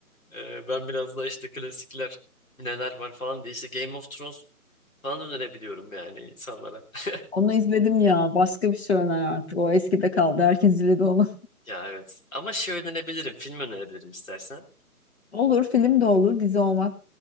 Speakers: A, on the left (about 60°); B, on the left (about 45°).
A: Eee, ben biraz daha işte klasikler neler var falan diye işte Game of Thrones falan önerebiliyorum yani insanlara. <laughs>
B: Onu izledim ya. Başka bir şey öner artık. O eskide kaldı. Herkes izledi onu.
A: Ya evet. Ama şey önerebilirim. Film önerebilirim istersen.
B: <laughs> Olur, film de olur. Dizi olmak